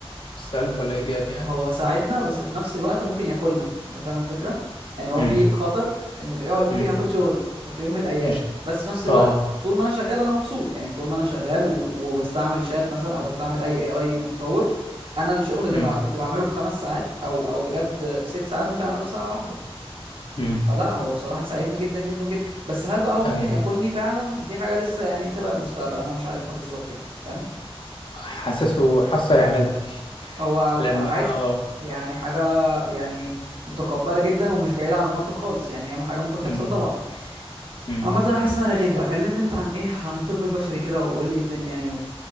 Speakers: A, on the left; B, on the right.
A: سلب ولا ايجاب يعني
B: هو ساعدنا بس في نفس الوقت ممكن ياكلنا انت فاهم الفكره يعني هو
A: امم
B: في خطر ان الاي اي ممكن
A: امم
B: ياخد شغلي طب في يوم من الايام
A: قشطه
B: بس في نفس الوقت
A: اه
B: طول ما انا شغال انا مبسوط يعني طول ما انا شغال و... وبستعمل شات مثلا او بستعمل اي اي اي متطور انا الشغل اللي
A: امم
B: بع... كنت بعمله في خمس ساعات او او بجد في ست ساعات ممكن اعمله في ساعه واحده
A: امم
B: فلا هو بصراحه ساعدني جدا جدا جدا بس هل بقى هو ممكن
A: ايوه
B: ياكلني فعلا دي حاجه لسه يعني نسيبها للمستقبل انا مش عارفها بالظبط يعني فاهم
A: حاسسه حاسه يعملها
B: هو على-
A: لما
B: آه، عادي
A: اه
B: يعني حاجة يعني متقبلة جدا ومش بعيدة عن المنطق خالص يعني هي حاجة ممكن تحصل
A: امم
B: طبعا
A: امم
B: عامة أنا حاسس إن أنا رغيت بقى كلمني أنت عن إيه عن الطب البشري كده وقول لي إيه الدنيا يعني